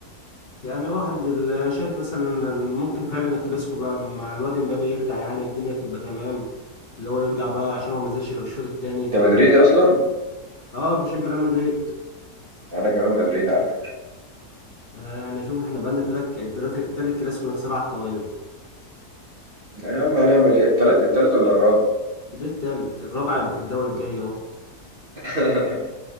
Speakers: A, on the left (about 40°); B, on the right (about 35°).
A: يعني واحد ال- شايف مثلا ممكن فعلا الكلاسيكو بقى مع الواد امبابي يرجع يعني الدنيا تبقى تمام اللي هو يرجع بقى عشان هو ما نزلش غير الشوط التاني
B: أنت
A: ف
B: مدريدي أصلا
A: اه بشجع ريال مدريد
B: أنا كمان مدريد على فكرة
A: انا يعني شوف احنا بقالنا تلات تلات تالت كلاسيكو نخسرها على التوالي
B: يا عم هنعمل إيه التلات التالت ولا الرابع
A: ده التالت الرابع يبقى في الدوري الجاي اهو
B: <laughs>